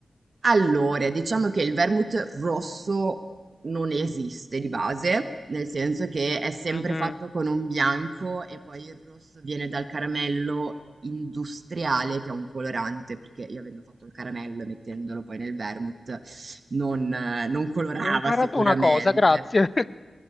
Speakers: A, on the right; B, on the left.
A: Allora, diciamo che il vermouth rosso non esiste di base, nel senso che è sempre
B: Mm.
A: fatto con un bianco e poi il rosso viene dal caramello industriale, che è un colorante, perché io avendo fatto il caramello e mettendolo poi nel vermouth non, eh, non colorava
B: Ho imparato
A: sicuramente.
B: una cosa, grazie. <laughs>